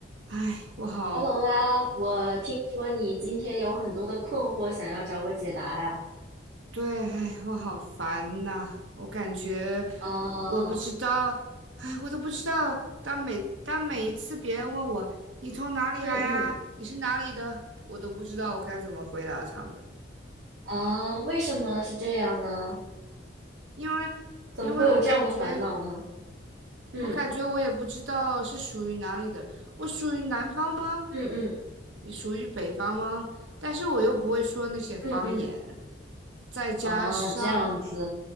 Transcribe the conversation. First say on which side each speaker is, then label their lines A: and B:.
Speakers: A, on the right (about 75°); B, on the right (about 60°).
A: 唉，我好，
B: Hello 啊，我听说你今天有很多的困惑想要找我解答呀？
A: 对，唉，我好烦呐、我感觉
B: 啊，
A: 我不知道，唉，我都不知道。当每当每一次别人问我你从哪里来啊，
B: 嗯嗯，
A: 你是哪里的，我都不知道我该怎么回答他们，
B: 啊，为什么是这样呢？
A: 因为
B: 怎么会有这样的烦恼呢？
A: 因为我感觉
B: 嗯
A: 我感觉我也不知道是属于哪里的。我属于南方吗？
B: 嗯嗯
A: 你属于北方吗？但是我又不会说那些方言。
B: 嗯嗯，
A: 再加上
B: 啊，这样子，